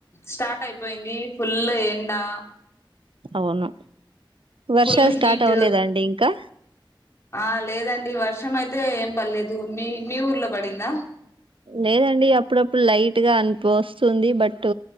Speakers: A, on the left; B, on the right.
A: స్టార్ట్ అయిపో పోయింది ఫుల్ ఎండా
B: అవును వర్షాలు
A: ఫుల్
B: స్టార్ట్
A: హీట్
B: అవ్వలేదా అండి ఇంకా
A: ఆ లేదండి వర్షం అయితే ఏం పడలేదు మీ మీ ఊర్లో పడిందా
B: లేదండి అప్పుడప్పుడు లైట్ గా అనిపు వస్తుంది బట్